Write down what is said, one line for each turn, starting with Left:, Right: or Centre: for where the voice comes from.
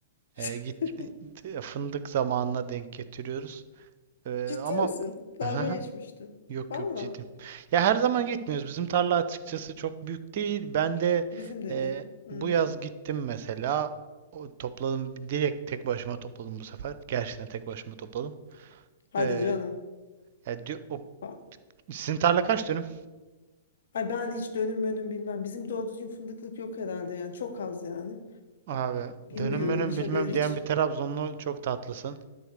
Right: Ee,
Left: <laughs>
Right: git, e, fındık zamanına denk getiriyoruz. Ee,
Left: Ciddi
Right: ama
Left: misin?
Right: <laughs>
Left: Dalga geçmiştim.
Right: Yok
Left: Valla.
Right: yok ciddiyim. Ya her zaman gitmiyoruz. Bizim tarla açıkçası çok büyük değil. Ben de
Left: Bizim de
Right: e,
Left: değil. Hmm.
Right: bu yaz gittim mesela. O, topladım. Direkt tek başıma topladım bu sefer. Gerçekten tek başıma topladım.
Left: Hadi
Right: E,
Left: canım.
Right: ya diyor- o-
Left: Ha-
Right: sizin tarla kaç dönüm?
Left: Ay ben hiç dönüm önüm bilmem. Bizim doğru düzgün fındıklık yok herhalde yani. Çok az yani.
Right: Abi
Left: Bilmiyorum
Right: dönüm dönüm
Left: hiç
Right: bilmem
Left: haberi hiç.
Right: diyen bir Trabzonlu çok tatlısın.